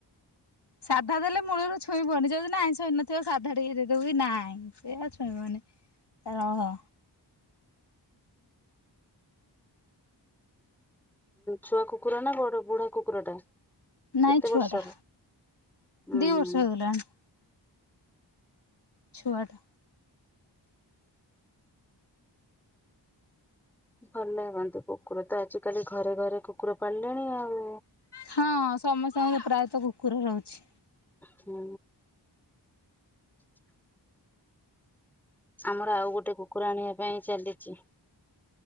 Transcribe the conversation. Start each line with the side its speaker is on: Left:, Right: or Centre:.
Left: ସାଧା ଦେଲେ ମୂଳରୁ ଛୁଇବନି ଯଦି ନହିଁ ଶୋଇଇ ନଥିବ ସାଧା ିରେଦବ କି ନାଇଁ ସେଆ ଛୁଇବନି ଓହୋ
Centre: ଛୁଆ କୁକୁର ନା ବଡ ବୁଢା କୁକୁର ଟା
Left: ନାଇଁ
Centre: କେତେ
Left: ଛୁଆ
Centre: ବର୍ଷର?
Left: ଟା
Centre: ଉୁଁ
Left: ଦି
Centre: ହୁଁ
Left: ବର୍ଷ ହେଇଗଲାଣି ଛୁଆଟ
Centre: ଭଲ ଲାଗନ୍ତି କୁକୁର ତ ଆଜିିକାଲି ଘରେ ଘରେ କୁକୁର ପାଳିଲେଣି ଆଉ।
Left: ହଁ ସମସ୍ତଙ୍କ ପ୍ରାୟ ତ କୁକୁର ରହୁଛି
Centre: ହୁଁ <unintelligible> ଆମର ଆଉ ଗୋଟେ କୁକୁର ଆଣିବା ପାଇଁ ଚାଲିଛି